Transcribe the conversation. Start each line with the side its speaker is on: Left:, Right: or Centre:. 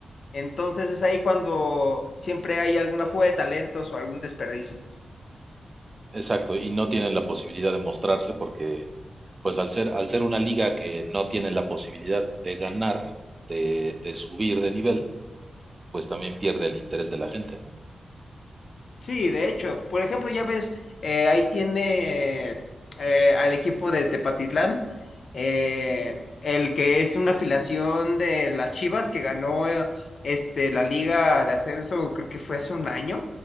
Left: Entonces es ahí cuando siempre hay alguna fuga de talentos o algún desperdicio.
Right: Exacto, y no tienen la posibilidad de mostrarse porque, pues al ser, al ser una liga que no tiene la posibilidad de ganar, de, de subir de nivel, pues también pierde el interés de la gente, ¿no?
Left: Sí, de hecho, por ejemplo, ya ves, eh, ahí tienes eh, al equipo de Tepatitlán, eh, el que es una afiliación de las Chivas que ganó eh, este, la Liga de Ascenso, creo que fue hace un año.